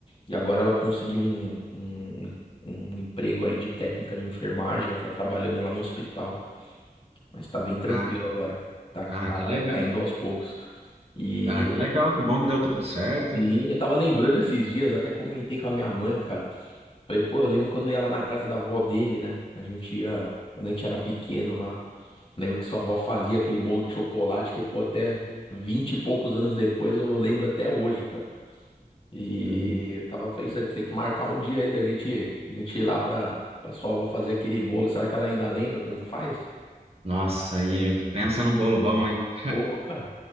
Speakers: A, on the left (about 35°); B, on the right (about 40°).
A: E agora ela conseguiu um, um, um emprego aí de técnica de enfermagem, ela tá trabalhando lá no hospital, mas tá bem tranquilo
B: Ah,
A: agora, tá,
B: ah,
A: tá,
B: que legal.
A: tá indo aos poucos. E,
B: Ah, que legal, que bom que deu tudo certo.
A: sim, eu tava lembrando esses dias, até comentei com a minha mãe, cara. Falei, pô, eu lembro quando eu ia lá na casa da avó dele, né? A gente ia, quando a gente era pequeno lá. Lembro que sua avó fazia aquele bolo de chocolate que, pô, até vinte e poucos anos depois eu lembro até hoje, cara. E
B: Hum,
A: eu tava pensando, tem que marcar um dia aí da gente, da gente ir lá pra, pra sua avó fazer aquele bolo. Será que ela ainda lembra como que faz?
B: Nossa, e pensa num bolo bom, hein?
A: Pô, cara,